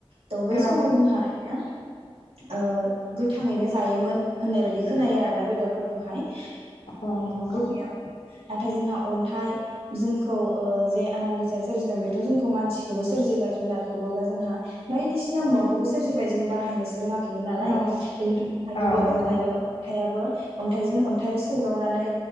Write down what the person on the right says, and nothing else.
थ बै
समाव जोंहा <inaudible> ओ गोथाङैनो जायोमोन होननाय बायदि खोनायो आरोना बेदर फोरखौहाय <inaudible>
नाथाय जोंहा अन्थाइ जोंखौ ओ जे आनान गसाया सोरजिदों बेथ' जोंखौ मानसिखौबो सोरजिबाय जुनारखौबो बा जोंहा बायदिसिना मुवाखौबो सोरजिबाय जों बाहायनोसो रोङा खैमोन नालाय
बेनिफ्राय जोंहा
गिबियावनो
लायनो अन्थाइयाबो अन्थाइजों अन्थाइ सौदावनानै